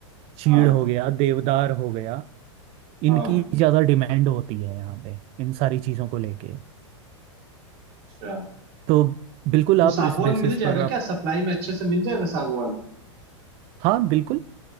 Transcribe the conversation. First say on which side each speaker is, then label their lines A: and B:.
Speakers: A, on the right; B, on the right.
A: चीड़
B: हाँ
A: हो गया देवदार हो गया इनकी
B: हाँ
A: ज़्यादा डिमांड होती है यहाँ पे इन सारी चीज़ों को लेके
B: अच्छा
A: तो बिल्कुल
B: तो
A: आप
B: सागवान
A: इस बेसिस
B: मिल जाएगा
A: पर आप
B: क्या सप्लाई में अच्छे से मिल जाएगा सागवान
A: हाँ बिल्कुल